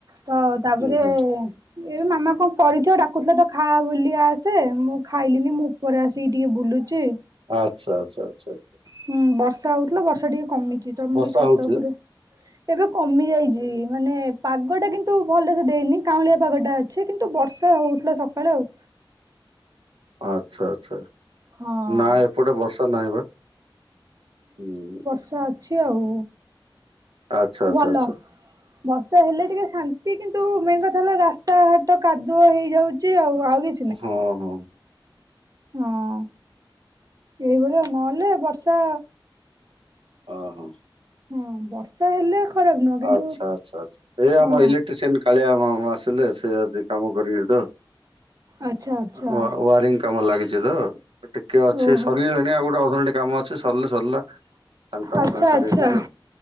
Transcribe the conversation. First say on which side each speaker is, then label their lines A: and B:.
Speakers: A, on the right; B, on the right.
A: ତ ତାପରେ
B: ହୁଁ ହୁଁ
A: ଏବେ ମାମା କଣ କରିଥିବ ଡାକୁଥିଲା ତ ଖା ବୋଲି ଆସେ ମୁଁ ଖାଇଲିନି ମୁଁ ଉପରେ ଆସିକି ଟିକେ ବୁଲୁ ଚି
B: ଆଚ୍ଛା ଆଛା ଆଛା ଆଛା।
A: ହୁଁ ବର୍ଷା ହଉଥିଲା ବର୍ଷା ଟିକେ କମିଛି ତମେ
B: ବର୍ଷା
A: ଟିକେ ଛାତ
B: ହଉଛି?
A: ଉପରେ ଏବେ କମି ଯାଇଛି ମାନେ ପାଗ ଟା କିନ୍ତୁ ଭଲସେ ଦେଇନି କାଉଁଳିଆ ପାଗଟା ଅ ଛେ କିନ୍ତୁ ବର୍ଷା ହଉଥିଲା ସକାଳେ ଆଉ।
B: ଆଛା ଆଛା
A: ହଁ।
B: ନା ଏପଟେ ବର୍ଷା ନାହିଁ ବା ହୁଁ।
A: ସେ ଅଛି ଆଉ
B: ଆଚ୍ଛା ଆଚ୍ଛା
A: ଭଲ।
B: ଆଚ୍ଛା।
A: ବର୍ଷା ହେଲେ ଟିକେ ଶାନ୍ତି କିନ୍ତୁ ମେନ୍ କଥା ହେଲା ରାସ୍ତାଘାଟ କାଦୁଅ ହେଇଯାଉଛି ଆଉ ଆଉ କି
B: ହଁ ହଁ।
A: ହଁ ଏଇଭଳିଆ ନହେଲେ ବର୍ଷା
B: ହଁ।
A: ହଁ ବର୍ଷା ହେଲେ ଖରାପ ନୁହଁ କିନ୍ତୁ
B: ଆଛା ଆଛା ଆଛା ଏ ଆମ
A: ହଁ
B: ଇଲେଟ୍ରିସିଅନ୍ କାଳିଆ ମାମ ଆସିଲେ ସେ ଆଜି କାମ କରିବେ ତ
A: ଆଚ୍ଛା ଆଚ୍ଛା
B: ୱା ୱାରିଂ କାମ ଲାଗିଛି ତ ଟିକେ ଅଛି
A: ଓହୋ
B: ଶରୀଲା ନାଇ ଆଉ ଗୋଟେ ଅଧ ଘଣ୍ଟେ କାମ ଅଛି ସରିଲେ ସରିଲା ତାଙ୍କ କାମ
A: ଆଚ୍ଛା
B: ତାଙ୍କ ସାରିକି
A: ଆଚ୍ଛା
B: ଯିବେ।